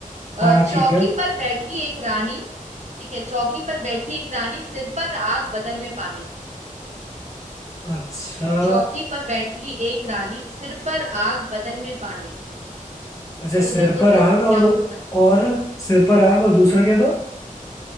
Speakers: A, on the right; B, on the left.
A: अ,
B: हाँ
A: चौकी
B: ठीक है
A: पर बैठी एक रानी ठीक है चौकी पर बैठी एक रानी सिर पर आग बदन में पानी
B: अच्छा
A: चौकी पर बैठी एक रानी सिर पर आग बदन में पानी
B: अच्छा
A: सोचो
B: सिर
A: सोचो
B: पर आग
A: क्या
B: और
A: हो सकता
B: और
A: है
B: सिर पर आग और दूसरा क्या था